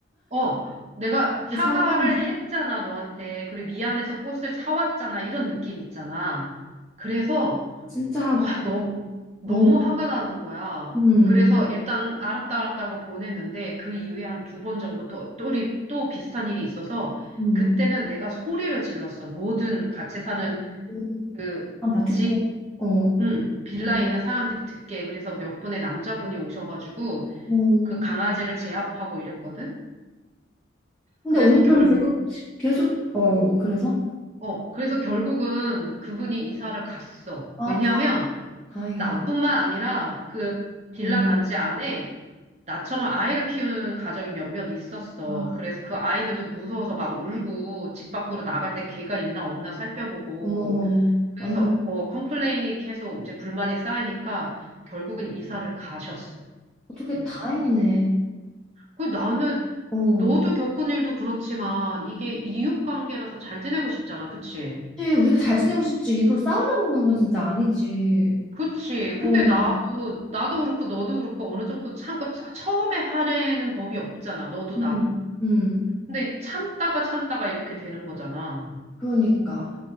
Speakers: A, on the right (about 35°); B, in the centre.
A: 어, 내가 사과를
B: 사과함.
A: 했잖아, 너한테. 그리고 미안해서 꽃을 사왔잖아. 이런 느낌 있잖아. 그래서,
B: 진짜,
A: 와, 너, 너무
B: 어,
A: 화가 나는 거야.
B: 음,
A: 그래서 일단 알았다, 알았다고 보냈는데, 그 이후에 한 두 번 정도 또, 또, 우리 또 비슷한 일이 있어서,
B: 음.
A: 그때는 내가 소리를 질렀어. 모든 같이 사는
B: 음,
A: 그
B: 다 듣게.
A: 집,
B: 어,
A: 응, 빌라에
B: 어,
A: 있는 사람들이 듣게. 그래서 몇 분의 남자분이 오셔가지고,
B: 음.
A: 그 강아지를 제압하고 이랬거든.
B: 근데
A: 그래서
B: 언니
A: 결국,
B: 그럼 계속, 계속, 어, 그래서?
A: 어, 그래서 결국은 그분이 이사를 갔어.
B: 아,
A: 왜냐면
B: 다, 다행이다.
A: 나뿐만 아니라 그 빌라
B: 어,
A: 단지 안에 나처럼 아이를 키우는 가정이 몇몇 있었어.
B: 아,
A: 그래서 그 아이들도 무서워서 막 울고 집 밖으로 나갈 때 개가 있나 없나 살펴보고
B: 어머머머.
A: 그래서
B: 완전.
A: 어, 컴플레인이 계속 이제 불만이 쌓이니까 결국은 이사를 가셨어.
B: 어떻게
A: 음.
B: 다행이네.
A: 그 나는
B: 그,
A: 너도
B: 어.
A: 겪은 일도 그렇지만 이게 이웃 관계라서 잘 지내고 싶잖아. 그치?
B: 사실 우리가 잘 지내고 싶지 일부러 싸우려고 그러는 건 진짜 아니지.
A: 그치. 근데
B: 어,
A: 나도, 나도 그렇고 너도 그렇고 어느 정도 참고 차- 처음에 화내는 법이 없잖아. 너도
B: 음.
A: 나도.
B: 음.
A: 근데 참다가 참다가 이렇게 되는 거잖아.
B: 그러니까.